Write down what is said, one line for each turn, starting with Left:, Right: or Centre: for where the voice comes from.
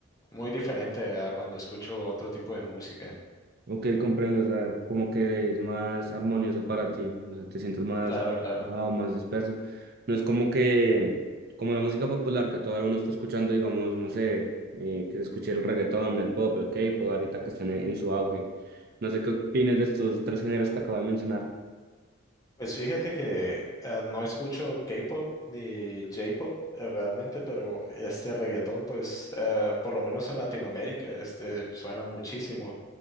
Left: muy diferente a cuando escucho otro tipo de música.
Right: Ok, comprendo, o sea, como que es más armonioso para ti, o sea, te sientes más
Left: Claro, claro.
Right: relajado, más disperso. No es como que, como la música popular que a toda hora uno está escuchando, digamos, no sé, eh, que se escuche el reggaetón, el pop, el K-pop, ahorita que están en, en su auge. No sé qué opinas de estos tres géneros que acabo de mencionar.
Left: Pues fíjate que ah, no escucho K-pop ni J-pop eh, realmente, pero este reggaetón, pues ah, por lo menos en Latinoamérica, este suena muchísimo.